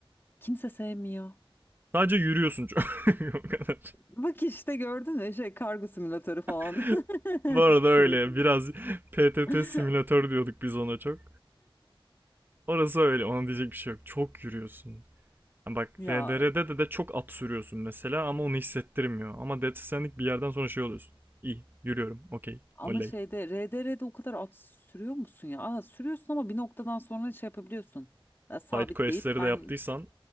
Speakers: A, on the left; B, on the right.
A: Kimse sevmiyor.
B: Sadece yürüyorsun çok. <laughs> o kadar.
A: Bak işte gördün mü şey kargo simülatörü falan.
B: <laughs>
A: <laughs>
B: Bu arada öyle
A: Kurye simülatörü.
B: biraz PTT
A: <laughs>
B: simülatör diyorduk biz ona çok. Orası öyle ona diyecek bir şey yok. Çok yürüyorsun. Yani bak
A: Ya
B: RDR'de de, de çok at sürüyorsun mesela ama onu hissettirmiyor. Ama Dead Stranding bir yerden sonra şey oluyorsun. İyi yürüyorum okey
A: ama
B: oley.
A: şeyde RDR'de o kadar at sürüyor musun ya? Aa, sürüyorsun ama bir noktadan sonra şey yapabiliyorsun. Ya, sabitleyip
B: Side questleri
A: ben
B: de yaptıysan